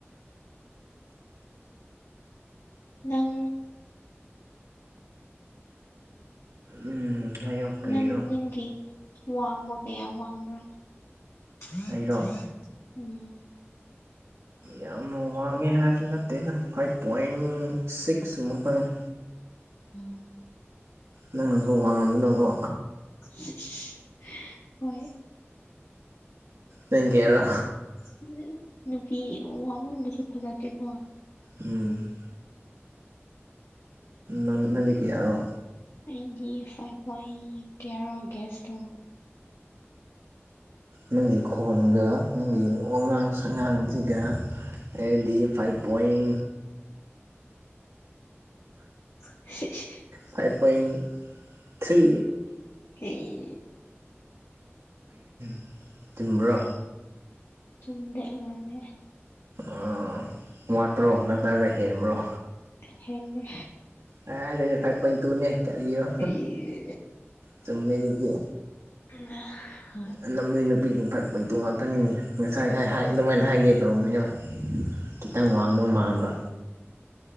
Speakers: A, on the left; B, on the right.
A: ꯅꯪ
B: ꯎꯝ ꯍꯥꯏꯌꯣ ꯀꯔꯤꯔꯣ
A: ꯅꯪ ꯅꯪꯒꯤ ꯋꯥꯡꯕ ꯀꯌꯥ ꯋꯥꯡꯕ꯭ꯔꯥ <inaudible>
B: ꯑꯩꯔꯣ
A: ꯎꯝ
B: ꯌꯥꯝꯅ ꯋꯥꯡꯉꯦ ꯍꯥꯏꯕ ꯅꯠꯇꯦꯅ ꯐꯥꯏꯚ ꯄꯣꯏꯟ ꯁꯤꯛꯁꯃꯨꯛꯇꯪꯅꯤ
A: ꯎꯝ
B: ꯅꯪꯅꯁꯨ ꯋꯥ ꯉꯝꯗꯅꯀꯣ
A: ꯁꯤꯁ ꯍꯣꯏ
B: ꯅꯪ ꯀꯌꯥꯔꯣ
A: ꯈꯪꯗꯦꯗ ꯅꯨꯄꯤ ꯋꯥꯡꯃꯟꯕꯁꯨ ꯐꯖꯗꯦꯀꯣ
B: ꯎꯝ ꯅꯪ ꯅꯪꯗꯤ ꯀꯌꯥꯔꯣ
A: ꯑꯩꯒꯤ ꯐꯥꯏꯚ ꯄꯣꯏꯟ ꯀꯌꯥꯔ ꯒꯦꯁ ꯇꯧ
B: ꯅꯪꯒꯤ ꯈꯣꯟꯒ ꯅꯪꯒꯤ ꯋꯥꯉꯥꯡ ꯁꯛꯉꯥꯡꯁꯤꯒ ꯑꯩꯗꯤ five point
A: <inaudible>
B: five point three
A: ꯑꯩ
B: <unintelligible> <unintelligible> ꯆꯨꯝꯕ꯭ꯔꯣ
A: ꯆꯨꯝꯗꯦ ꯂꯂꯦ
B: ꯑꯣ ꯋꯥꯠꯇ꯭ꯔꯣ ꯅꯠꯇ꯭ꯔꯒ ꯍꯦꯟꯕ꯭ꯔꯣ
A: ꯍꯦꯜꯂꯦ
B: ꯑ ꯑꯗꯨꯗꯤ ꯐꯥꯏꯚ ꯄꯣꯏꯟ ꯇꯨꯅꯦ ꯀꯔꯤꯔꯣ
A: ꯑꯩ
B: ꯆꯨꯝꯃꯦ ꯑꯗꯨꯗꯤ
A: ꯎꯝ
B: ꯑꯅꯝꯕ ꯅꯨꯄꯤꯁꯤꯡ ꯐꯥꯏꯚ ꯄꯣꯏꯟ ꯇꯨ ꯉꯥꯛꯇꯅꯤ ꯉꯁꯥꯏ ꯑꯩ ꯑꯗꯨꯃꯥꯏꯅ ꯍꯥꯏꯒꯦ ꯇꯧꯕꯅꯦꯕ ꯈꯤꯇꯪ ꯋꯥꯡꯗꯧ ꯃꯥꯟꯕ